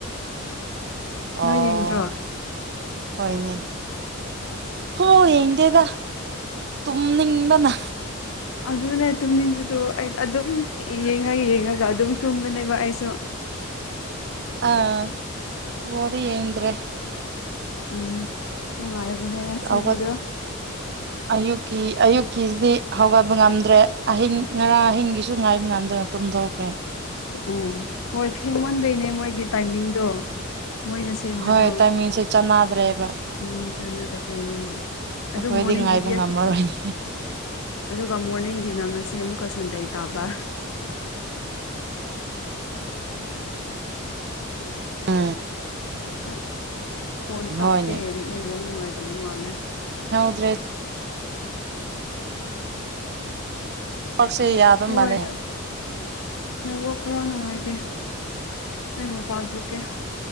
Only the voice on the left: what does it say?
ꯅꯣꯏ
ꯌꯦꯡꯗ꯭ꯔꯣ
ꯑꯗꯨꯅꯦ ꯇꯨꯝꯅꯤꯡꯕꯗꯣ ꯑꯩ ꯑꯗꯨꯝ ꯌꯦꯡꯉ ꯌꯦꯡꯉꯒ ꯑꯗꯨꯝ ꯇꯨꯝꯕꯅꯦꯕ ꯑꯩꯁꯨ
ꯎꯝ ꯅꯨꯡꯉꯥꯏꯕꯅꯦ ꯉꯁꯤꯒꯤꯗꯣ
ꯑꯣ ꯍꯣꯏ ꯊꯦꯡꯃꯟꯕꯩꯅꯦ ꯃꯣꯏꯒꯤ ꯇꯥꯏꯃꯤꯡꯗꯣ ꯃꯣꯏꯅ ꯁꯦꯝꯕꯗꯣ
ꯎꯝ ꯆꯥꯟꯅꯗꯕ ꯂꯩꯅꯦ ꯍꯣꯏ ꯑꯗꯨ
ꯃꯣꯔꯅꯤꯡꯒꯤꯗꯤꯌꯥꯁ
ꯑꯗꯨꯒ ꯃꯣꯔꯅꯤꯡꯒꯤꯅ ꯉꯁꯤ ꯑꯃꯨꯛꯀ ꯁꯟꯗꯦ ꯇꯥꯕ
ꯑ ꯐꯣꯟ ꯆꯞꯄꯦ
ꯅꯦꯡꯐꯧ ꯅꯨꯡꯉꯥꯏꯇꯕ ꯃꯥꯜꯂꯦ
ꯍꯣꯏ
ꯅꯕꯨ ꯈꯔꯥ ꯅꯨꯡꯉꯥꯏꯇꯦ ꯅꯉ ꯄꯥꯟ ꯊꯣꯛꯣꯛꯀꯦ